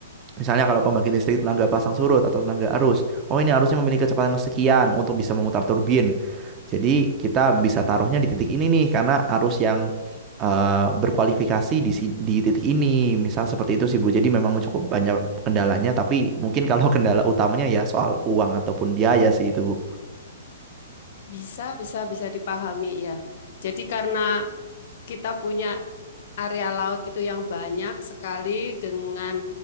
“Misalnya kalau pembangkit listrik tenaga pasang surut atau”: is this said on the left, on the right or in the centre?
Right